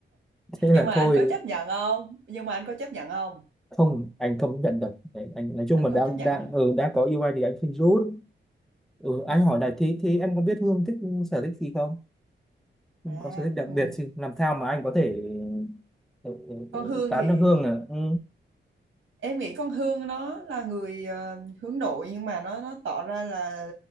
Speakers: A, in the centre; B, on the right.
A: thế là
B: nhưng mà anh
A: thôi
B: có chấp nhận không nhưng mà anh có chấp nhận không
A: không anh không nhận được Đấy, anh nói chung
B: anh
A: mà
B: không
A: đang
B: chấp nhận
A: đang
B: hả
A: ừ, đã có yêu ai thì anh xin rút ừ, anh
B: ừ.
A: hỏi này thì thì em có biết Hương thích sở thích gì không Hương có
B: à
A: sở thích đặc
B: ừ.
A: biệt gì làm sao mà anh có thể ừ, ừ,
B: con
A: ừ,
B: Hương
A: tán
B: thì
A: được Hương à ừ
B: em nghĩ con Hương nó là người ờ, hướng nội nhưng mà nó nó tỏ ra là